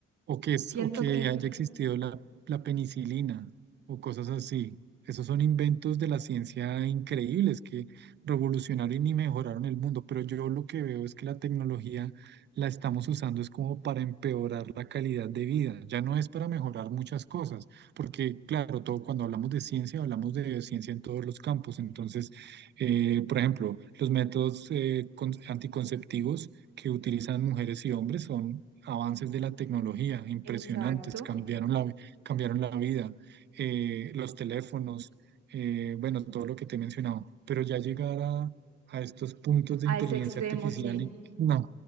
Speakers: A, on the right; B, on the right.
A: o que, es,
B: siento
A: o que
B: que,
A: haya existido la, la penicilina o cosas así. Esos son inventos de la ciencia increíbles que revolucionaron y mejoraron el mundo, pero yo lo que veo es que la tecnología la estamos usando es como para empeorar la calidad de vida, ya no es para mejorar muchas cosas, porque claro, todo cuando hablamos de ciencia, hablamos de ciencia en todos los campos, entonces, eh, por ejemplo, los métodos eh, con- anticonceptivos que utilizan mujeres y hombres son avances de la tecnología impresionantes,
B: exacto,
A: cambiaron la, cambiaron la vida, eh, los teléfonos, eh, bueno, todo lo que te he mencionado, pero ya llegar a, a estos puntos de
B: a
A: inteligencia
B: ese extremo,
A: artificial
B: sí.
A: y no,